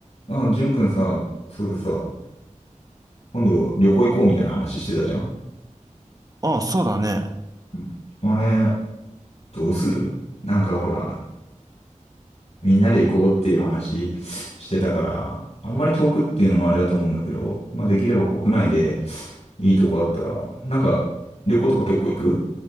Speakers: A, on the left; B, on the right.
A: あ、ジュン君さ、そうださ、今度旅行行こうみたいな話してたじゃん。
B: ああ、そうだね。
A: うんあれ、どうするなんかほら、みんなで行こうっていう話してたから、あんまり遠くっていうのもあれだと思うんだけど、まあできれば国内でいいとこあったら、なんか旅行とか結構行く